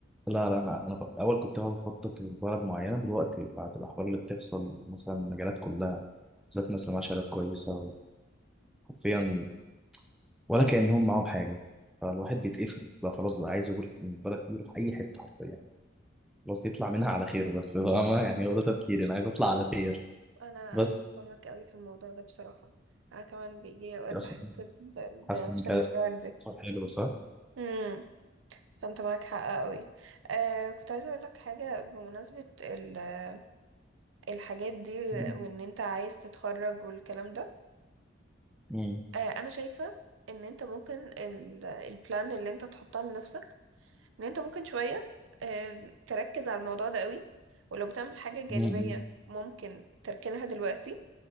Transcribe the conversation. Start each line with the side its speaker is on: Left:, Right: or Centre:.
Centre: لا لا انا انا في الاول كنت بقى بخطط لبلد معينه دلوقتي بعد الاحوال اللي بتحصل مثلا المجالات كلها بالذات الناس اللي معاها شهادات كويسه حرفيا ولا كانهم معاهم حاجه فالواحد بيتقفل بقى خلاص بقى عايز يقول من البلد دي يروح اي حته حرفيا خلاص يطلع منها على خير بس فاهمه يعني هو ده تفكيري انا عايز اطلع على خير
Right: انا
Centre: بس
Right: قادرة افهمك قوي في الموضوع ده بصراحة انا كمان بيجي اوقات
Centre: دي
Right: بحس
Centre: اصلا
Right: ب-
Centre: حاسس
Right: بنفس
Centre: ان كانت
Right: المشاعر دي
Centre: سفر حلو صح؟
Right: امم فانت معاك حق قوي آه كنت عايزة اقول لك حاجة بمناسبة ال- الحاجات دي
Centre: مم.
Right: وان انت عايز تتخرج والكلام ده
Centre: مم.
Right: آه انا شايفة ان انت ممكن ال- البلان اللي انت تحطها لنفسك ان انت ممكن شوية آه تركز على الموضوع ده قوي ولو بتعمل حاجة جانبية
Centre: مم.
Right: ممكن تركنها دلوقتي